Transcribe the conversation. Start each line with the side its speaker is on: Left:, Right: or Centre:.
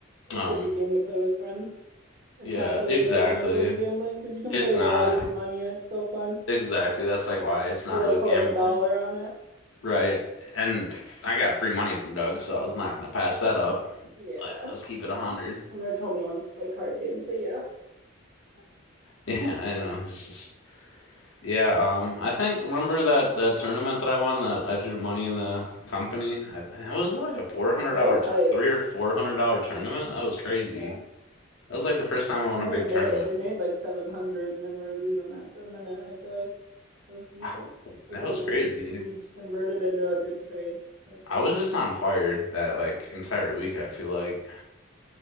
Right: It's
Left: Um,
Right: like a game to play with friends. It's
Left: Yeah,
Right: not really
Left: exactly.
Right: like gambling, gambling, because you can
Left: It's
Right: play it
Left: not.
Right: without even money and it's still fun.
Left: Exactly. That's like why it's
Right: Or
Left: not
Right: like
Left: really
Right: put
Left: gambling.
Right: like a dollar on it.
Left: Right. And I got free money from Doug, so I was not gonna pass that up.
Right: Yeah,
Left: Like, let's keep
Right: yeah.
Left: it a hundred.
Right: When
Left: <laughs>
Right: Rich Homie wants to play card games, say yeah.
Left: Yeah, I know. It's just yeah, um I think remember that that tournament that I won that I threw money in the company? I it was like a four hundred
Right: Yeah, that
Left: dollar
Right: was hype.
Left: t- three or four hundred dollar tournament. That was crazy.
Right: Yeah.
Left: That was like the first time I won
Right: Then
Left: a big
Right: we made
Left: tournament.
Right: it. We made like 700, and then we are using that for a minute. I feel like it was decent
Left: Ah,
Right: because
Left: That
Right: like
Left: was
Right: we
Left: crazy.
Right: we converted into a good trade. It was good.
Left: I was just on fire that like entire week, I feel like.